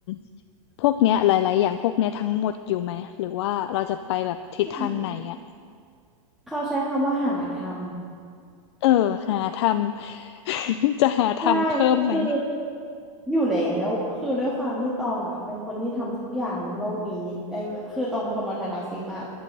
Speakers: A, on the left; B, in the centre.
A: ำพวกเนี้ยหลายๆอย่างพวกเนี้ยทั้งหมดอยู่ไหมหรือว่าเราจะไปแบบทิศทางไหนอ่ะ
B: อืมเขาใช้คำว่าหาทำ
A: เออหาทำ <laughs> จะหาทำเพิ่มไหม
B: ใช่คืออยู่แล้วคือด้วยความที่ตองอ่ะเป็นคนที่ทำทุกอย่างบนโลกนี้ได้คือตองเป็นคน multitasking มาก